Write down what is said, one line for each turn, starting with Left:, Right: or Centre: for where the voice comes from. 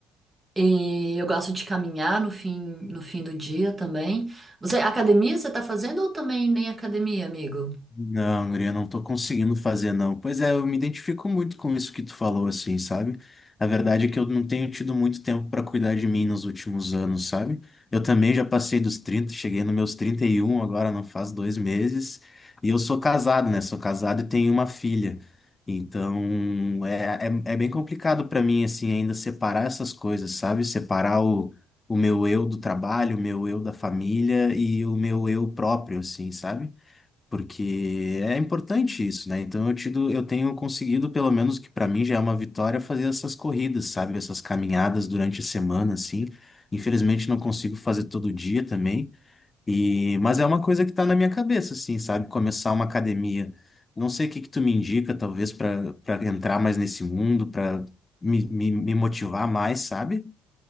Right: E eu gosto de caminhar no fim, no fim do dia também. Você, academia você tá fazendo ou também nem academia, amigo?
Left: Não, guria, não tô conseguindo fazer, não. Pois é, eu me identifico muito com isso que tu falou, assim, sabe? A verdade é que eu não tenho tido muito tempo pra cuidar de mim nos últimos anos, sabe? Eu também já passei dos 30, cheguei nos meus 31 agora não faz dois meses. E eu sou casado, né? Sou casado e tenho uma filha. Então, é, é, é bem complicado pra mim, assim, ainda separar essas coisas, sabe? Separar o, o meu eu do trabalho, o meu eu da família e o meu eu próprio, assim, sabe? porque é importante isso, né? Então eu tido, eu tenho conseguido, pelo menos que para mim já é uma vitória, fazer essas corridas, sabe? Essas caminhadas durante a semana, assim. Infelizmente não consigo fazer todo dia também, e mas é uma coisa que tá na minha cabeça, assim, sabe? Começar uma academia. Não sei o que que tu me indica, talvez para para entrar mais nesse mundo, para me, me, me motivar mais, sabe?